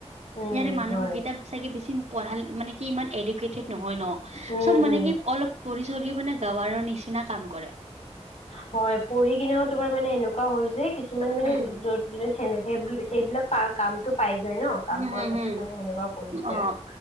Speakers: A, on the left (about 70°); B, on the right (about 70°).
A: উম
B: ইয়াতে মানুহ
A: হয়
B: কেইটা চাগে বেছি পঢ়াল মানে কি ইমান এডুকেটেড নহয় ন
A: উম
B: চব মানে
A: উম
B: কি অলপ পৰিচয় টো মানে গাঁৱাৰৰ নিচিনা কাম কৰে
A: হয় পঢ়ি কিনাও তোমাৰ মানে এনেকুৱা হ'ল যে কিছুমানে মানে
B: উম উম
A: য সেনে সেইবিলাক কামটো পাই যায় ন কাম
B: উম
A: পোৱাৰ
B: হম
A: পাছত
B: হম
A: মানে সেনেকুৱা কৰিছে
B: অ'
A: আৰু